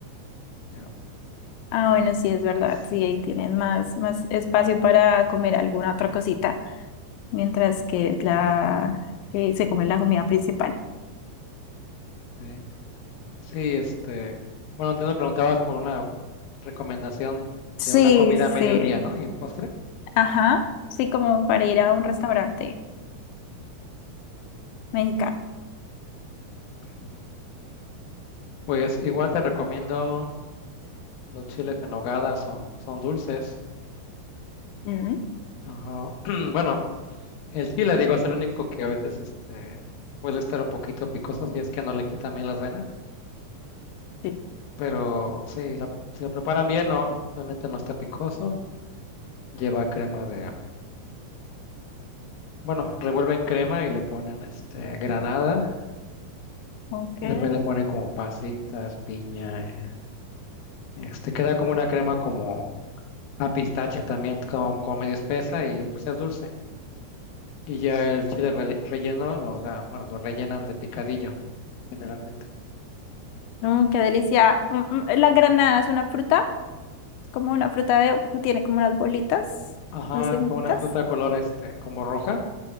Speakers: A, on the left (about 65°); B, on the left (about 80°).
A: ya.
B: Ah, bueno, sí, es verdad.
A: Sí,
B: Sí, ahí tienen más, más espacio para comer alguna otra cosita, mientras que es la que se come la comida principal.
A: sí, Sí, este, bueno, entonces me preguntabas por una recomendación de
B: Sí,
A: una comida
B: sí.
A: a mediodía, ¿no? Y un postre.
B: Ajá. Sí, como para ir a un restaurante mexicano.
A: Ujú. Pues igual te recomiendo los chiles en nogada, son, son dulces,
B: Mm,
A: Ajá. <clears throat> Bueno, el chile, digo, es el único que a veces este, puede estar un poquito picoso si es que no le quitan bien las venas.
B: sí.
A: Pero sí, la- si lo preparan bien, no, realmente no está picoso. Lleva crema de, bueno, revuelven crema y le ponen este, granada.
B: Ok.
A: Le ponen, le ponen como pasitas, piña. eh, Este, queda como una crema como a pistache también, como, como medio espesa y pues es dulce. Y ya el chile relle- relleno, lo, o sea, bueno, lo rellenan de picadillo generalmente.
B: Mm, qué delicia. Mm, mm, La granada es una fruta, es como una fruta de, tiene como unas bolitas,
A: Ajá,
B: unas semillitas.
A: es como una fruta de color este, como roja